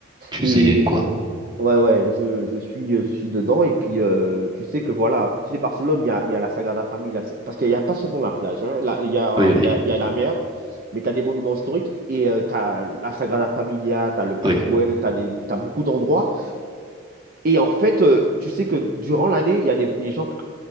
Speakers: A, on the right; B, on the right.
A: Tu
B: et,
A: faisais quoi?
B: Ouais, ouais, je, je suis, je suis dedans. Et puis, euh, tu sais que voilà, tu sais, Barcelone, il y a, il y a la Sagrada Familia. C'est- Parce qu'il n'y a pas seulement la plage, hein. Là, il y a,
A: Oui, oui,
B: il y a, il y a la mer, mais tu as des monuments historiques et tu as la Sagrada Familia, tu as le Parc
A: oui,
B: Güell, tu as des, t'as beaucoup d'endroits et en fait, euh, tu sais que durant l'année, il y a des, les gens pr-